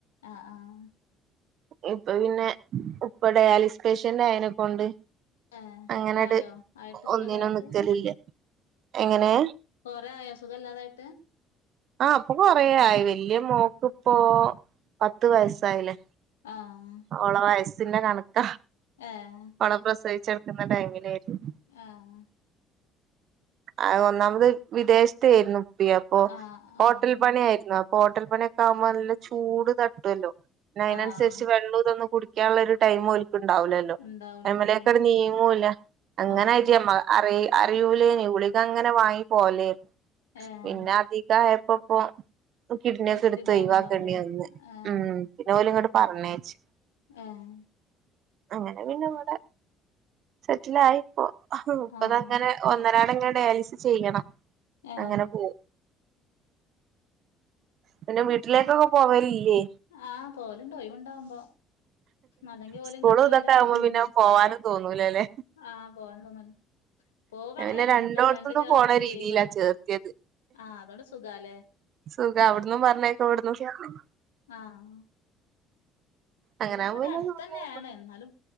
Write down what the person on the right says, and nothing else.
ഇപ്പ പിന്നെ ഉപ്പ ഡയാലിസ് പേഷ്യന്റ് ആയതിനെക്കൊണ്ട്
അങ്ങനെട്ട്
ഒന്നിനും നിക്കലില്ല എങ്ങനെ
ആഹ് ഇപ്പോ കൊറെയായി വല്യ മോക്ക് ഇപ്പോ പത്ത് വയസായിലെ
ഓളെ വയസ്സിന്റെ കണക്ക
ഓളെ പ്രസവിച്ചടുക്കുന്ന ടൈമിലെയ്ര്ന്നു
ആഹ് ഒന്നാമത് വിദേശത്തെരുന്നു അപ്പൊ
ഹോട്ടൽ
പണി ആയിരുന്നു അപ്പൊ ഹോട്ടൽ പണിയൊക്കെ ആവുമ്പോ നല്ല ചൂട് തട്ടുവല്ലോ, പിന്നെ അതിനനുസരിച്ച്
വെള്ള ഇതൊന്നും കുടിക്കാനുള്ള ഒരു ടൈം ഒ ാൽക്കു ഉണ്ടാവില്ലല്ലോ
ഐമലേക്ക്
ട് നീങ്ങൂല്ല അങ്ങനൊയിച്ച
അമ്മ അറി അറിയൂലേനി ഗുളിക അങ്ങനെ വാങ്ങി പോലേരുന്നു
പിന്നെ അധികായപ്പൊ പോ കിഡ്നിയൊക്കെ
എടുത്ത്
ഒ യിവാക്കണ്ടി വന്ന്
ഉം പിന്നെ ഓലു ഇങ്ങോട്ട് പറഞ്ഞേച്ചു.
അങ്ങനെ പിന്നെ അവിടെ സെറ്റില ആയിപ്പോ ഇപ്പതങ്ങനെ
ഒന്നരാട്ങ്ങനെ ഡയാലിസിസ് ചെയ്യണം
അങ്ങനെ പോവും. പിന്നെ വീട്ടിലേക്കൊന്നും പോവലില്ലേ
സ്കൂള്
ഇതൊക്കെ
ആകുമ്പോ
പിന്നെ പോവാനും തോന്നൂലല്ലേ
പിന്നെ രണ്ടോടത്തുന്നും
പോണ രീതിയിലാ
ചേർത്തിയത്
സുഖ അവിടുന്നും പറഞ്ഞേയക്കാ ഇവിട്ന്നു പറ
അങ്ങനെ
ആകുമ്പോ
പിന്നെ